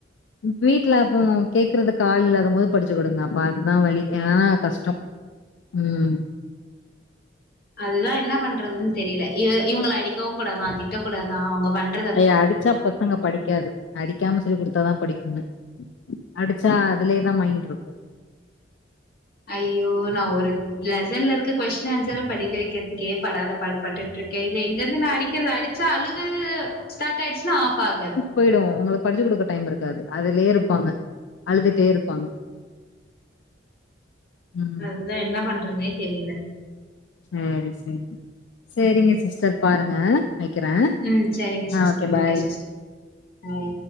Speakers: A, on the left; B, on the left.
A: இப் வீட்ல அப்போ கேக்குறதுக்கு ஆள் இல்லாத போது படிச்சு குடுங்க அப்ப அதுதா வழி ஏனா கஷ்டோ ம்
B: அதுதா என்ன பண்றதுன்னு தெரில இது இவுங்கள அடிக்கவு கூடாதா திட்டக்கூடாதா அவுங்க பண்
A: அயே அடிச்சா பசங்க படிக்காது அடிக்காம சொல்லி குடுத்தாதா படிக்குங்க அடிச்சா அதுலயே தா மைண்ட் ருக்கு
B: அய்யோ நா ஒரு லெசன்ல இருக்க கொஸ்டின் ஆன்சர் படிக்க வக்கிறதுக்கே படாத பாடு பட்டுட்டு ருக்கே இதுல எங்கிருந்து நா அடி ச்சிருவே அடிச்சா அழுது ஸ்டார்ட் ஆயிடுச்சுன்னா ஆஃப் ஆகாது
A: போயிடுவோ உங்களுக்கு படிச்சு குடுக்க டைம் இருக்காது அதுலயே இருப்பாங்க அழுதுட்டே இருப்பாங்க ம்
B: அதுதா என்ன பண்றதுனே தெரில
A: சேரி சேரி சேரிங்க சிஸ்டர் பாருங்க வக்கிறே
B: ம் சரிங்க
A: ஆ
B: சிஸ்டர்
A: ஓகே பாய்
B: சிஸ்டர் பாய்